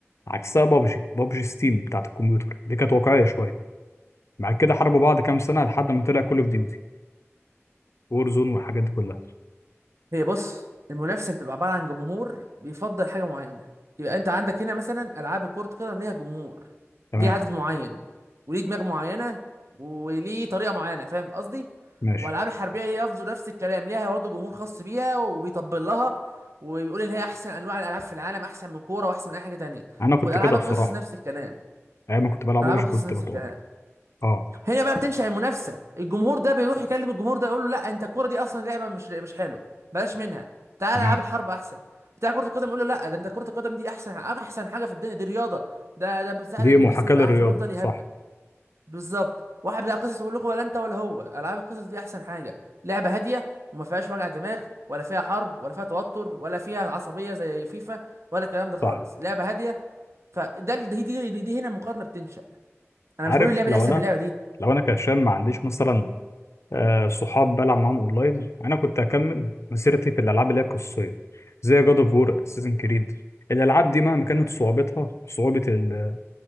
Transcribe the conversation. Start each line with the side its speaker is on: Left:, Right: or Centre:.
Left: عكسها بابجي بابجي ستيم بتاعت الكمبيوتر دي كانت واقعيه شويه بعد كده حاربوا بعض كام سنه لحد ما طلع كل اوف ديوتي وور زون والحاجات دي كلها
Right: هي بص المنافسه بتبقى عباره عن جمهور بيفضل حاجه معينه يبقى انت عندك هنا مثلا العاب كره قدم ليها جمهور
Left: تمام
Right: ليه عدد معين وليه دماغ معينه وليه طريقه معينه فاهم قصدي
Left: ماشي
Right: والالعاب الحربيه ليه برضه نفس الكلام ليها برضه جمهور خاص بيها وبيطبل لها وبيقول ان هي احسن انواع الالعاب في العالم احسن من كوره واحسن من اي حاجه تانية
Left: انا كنت
Right: والالعاب
Left: كده بصراحه
Right: القصص نفس الكلام
Left: ايام ما كنت بلعب
Right: العاب
Left: ببجي
Right: القصص
Left: كنت
Right: نفس
Left: بتقول
Right: الكلام
Left: اه
Right: هنا بقى بتنشأ المنافسة الجمهور ده بيروح يكلم الجمهور ده يقول له لا انت الكرة دي اصلا لعبة مش مش حلوة بلاش منها تعال
Left: تمام
Right: العاب الحرب احسن بتاع كرة القدم يقول له لا ده انت كرة القدم دي احسن احسن حاجة في الدنيا دي رياضة ده ده بتساعد
Left: دي
Right: ان
Left: محاكاه
Right: الجسم يبقى
Left: للرياضه
Right: احسن ويفضل يهبل
Left: صح
Right: بالظبط واحد بتاع قصص يقول لكم ولا انت ولا هو العاب القصص دي احسن حاجة لعبة هادية وما فيهاش وجع دماغ ولا فيها حرب ولا فيها توتر ولا فيها عصبية زي فيفا ولا الكلام ده خالص
Left: صح
Right: لعبة هادية فده دي, دي, دي هنا المقارنة بتنشأ انا
Left: عارف
Right: مش بقول اللعبة
Left: لو
Right: دي احسن
Left: انا
Right: من اللعبة دي
Left: لو انا كهشام ما عنديش مثلا آه صحاب بلعب معاهم اونلاين انا كنت هكمل مسيرتي في الالعاب اللي هي قصيه زي جاد اوف وور اساسن كريد الالعاب دي مهما كانت
Right: مم.
Left: صعوبتها صعوبه ال-